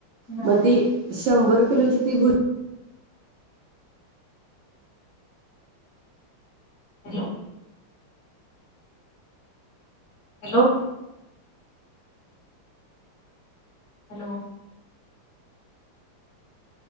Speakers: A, on the left; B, on the right.
A: हा
B: मग ती
A: हा
B: शंभर <unintelligible>
A: हॅलो <unintelligible> हॅलो हॅलो